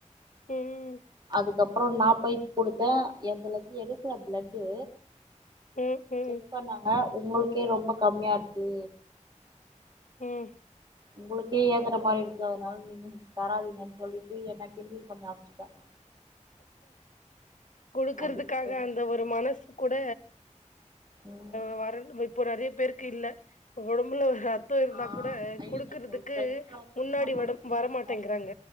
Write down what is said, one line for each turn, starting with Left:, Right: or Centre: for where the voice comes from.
Left: ம்
Right: அதுக்கப்புறம் நா போயி குடுத்தேன் என் பிளடு எடுக்கல பிளடு
Left: ம் ம்
Right: செக் பண்ணாங்க உங்களுக்கே ரொம்ப கம்மியா இருக்கு
Left: ம்
Right: உங்களுக்கே ஏத்துற மாரி இருக்கு அதனால நீங்க தராதீங்கன்னு சொல்லிட்டு என்ன கிண்டல் பண்ணி ஆம்பிச்சுட்டாங்க
Left: குடுக்கறதுக்காக
Right: அதுக்கப்புறோ
Left: அந்த ஒரு மனசு கூட
Right: ம்
Left: <unintelligible> இப்போ நறைய பேருக்கு இல்ல ஒடம்புல இருந்தா
Right: ஆ
Left: கூட
Right: ஐ
Left: குடுக்குறதுக்கு
Right: வி கார்டு போட
Left: முன்னாடி
Right: நம்மளுக்கு
Left: வட வரமாட்டேங்கிறாங்க